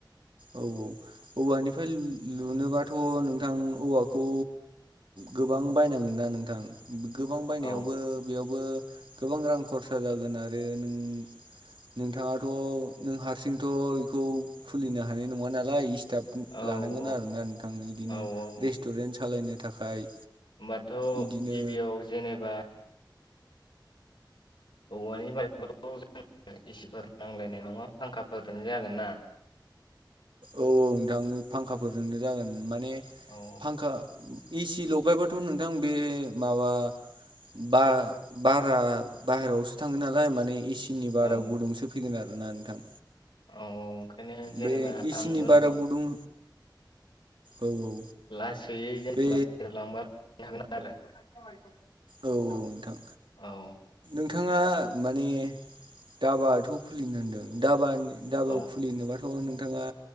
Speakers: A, on the right; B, on the left.
A: औ औ औवानिफ्राय लुनोबाथ' नोंथां औवाखौ गोबां बायनांगोन ना नोंथां गोबां बायनायावबो
B: औ
A: बेयावबो गोबां रां खरसा जागोन आरो नों नोंथाङाथ' नों हारसिंथ' बेखौ खुलिनो हानाय नङा नालाय स्टाफ
B: औ
A: लानांगोन
B: औ
A: आरोना नोंथां इदिनो
B: औ औ
A: रेस्टुरेन्ट सालायनो नि थाखाय
B: होमबाथ'
A: इदिनो
B: गिबियाव जेनेबा औवानि बानायबाथ एसिफोर नांलायनाय नङा फांखाफोरजों जागोन ना
A: औ औ नोंथांनि फांखाफोरजोंनो जागोन माने
B: औ
A: फांखा एसि लगायबाथ' नोंथां बे माबा बार बारा बायेरायावसो थाङो नालाय माने इसे बारा
B: औ
A: गुदुंसो फैगोन आरोना नोंथां
B: औ औ जेनेबा
A: बे ए
B: आं
A: सि नि
B: उनाव
A: बाराव गुदुं औ औ
B: लासैयै
A: बे
B: जेनेबा <inaudible>
A: औ
B: औ
A: नोंथां नोंथाङा माने धाबाथ' खुलिनो होनदों धाबानि धाबा
B: औ
A: खुलिनोबा नोंथाङा